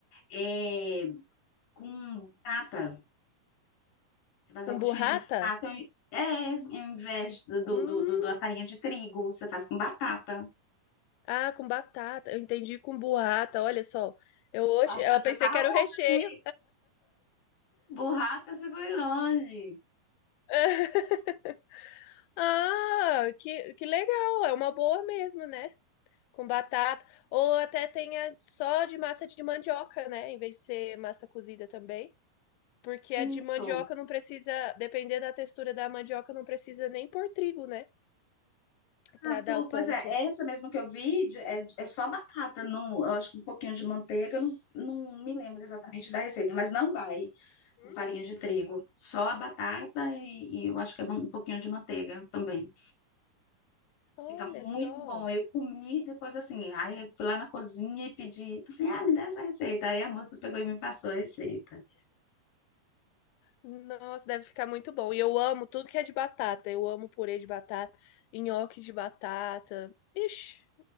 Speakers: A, on the left; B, on the left.
A: é, com batata. Você faz
B: com
A: a coxinha
B: burrata...
A: de batata, em- é, em vez do, do,
B: Hum,
A: do, do- da farinha de trigo, você faz com batata.
B: ah, com batata. Eu entendi com burrata, olha só. Eu, hoje,
A: Ah,
B: eu
A: Você
B: pensei
A: tá
B: que
A: longe,
B: era o recheio.
A: hein? Burrata, você foi longe.
B: <laughs> Ah, que, que legal, é uma boa mesmo, né? com batata, ou até tenha só de massa de mandioca, né? Em vez de ser massa cozida também. Porque a de
A: Isso.
B: mandioca não precisa, dependendo da textura da mandioca, não precisa nem pôr trigo, né?
A: Ah,
B: Pra dar
A: tu,
B: o ponto.
A: pois é, essa mesmo que eu vi de- é, é só batata, não, eu acho que um pouquinho de manteiga, não, não me lembro exatamente da receita, mas não vai
B: Hum,
A: com farinha de trigo, só a batata e, e eu acho que é um pouquinho de manteiga também.
B: Olha
A: Fica muito
B: só.
A: bom. Eu comi depois assim, aí eu fui lá na cozinha e pedi, assim, ah, me dá essa receita. Aí a moça pegou e me passou a receita.
B: Nossa, deve ficar muito bom. E eu amo tudo que é de batata. Eu amo purê de batata, nhoque de batata. Ixi,